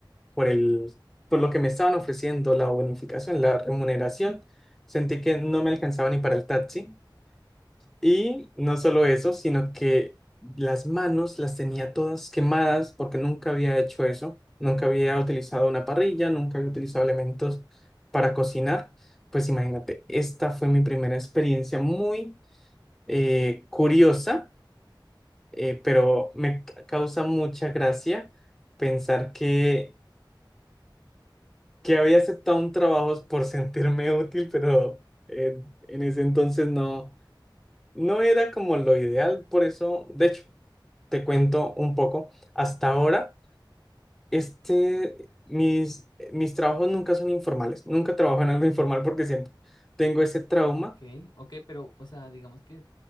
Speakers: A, in the centre; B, on the left.
A: por el, por lo que me estaban ofreciendo, la bonificación, la remuneración. Sentí que no me alcanzaba ni para el taxi. Y no solo eso, sino que las manos las tenía todas quemadas porque nunca había hecho eso. Nunca había utilizado una parrilla, nunca había utilizado elementos para cocinar. Pues imagínate, esta fue mi primera experiencia muy eh, curiosa eh, pero me ca- causa mucha gracia pensar que, que había aceptado un trabajo por <laughs> sentirme útil, pero eh, en ese entonces no, no era como lo ideal, por eso, de hecho, te cuento un poco, hasta ahora, este, mis, mis trabajos nunca son informales, nunca trabajo en algo <laughs> informal porque siempre tengo ese trauma.
B: Ok, ok, pero, o sea, digamos que,